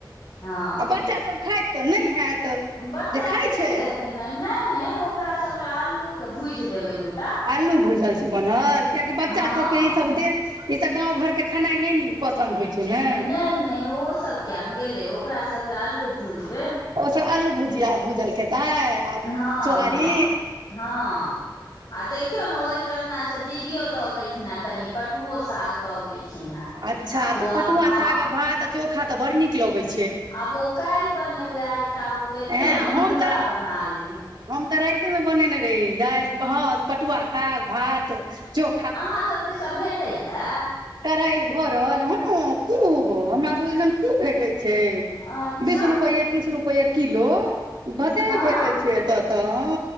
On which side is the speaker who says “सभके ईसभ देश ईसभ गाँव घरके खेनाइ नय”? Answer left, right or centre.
Right